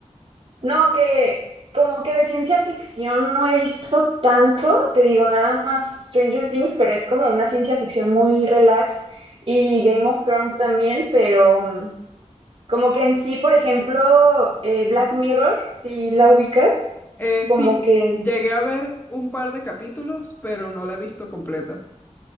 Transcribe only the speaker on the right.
No, que como que de ciencia ficción no he visto tanto, te digo nada más Stranger Things, pero es como una ciencia ficción muy relax y Game of Thrones también, pero mm, Como que en sí, por ejemplo, eh, Black Mirror, si la ubicas,
como
que,